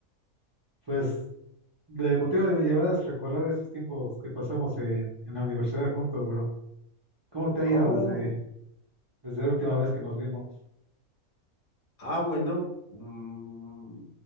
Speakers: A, on the right; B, on the left.
A: <laughs> pues, el motivo de mi llamada es recordar esos tiempos que pasamos en, en la universidad juntos, bro. ¿Cómo te ha ido
B: Oh,
A: desde, desde la última vez que nos vimos?
B: ah, bueno. mm,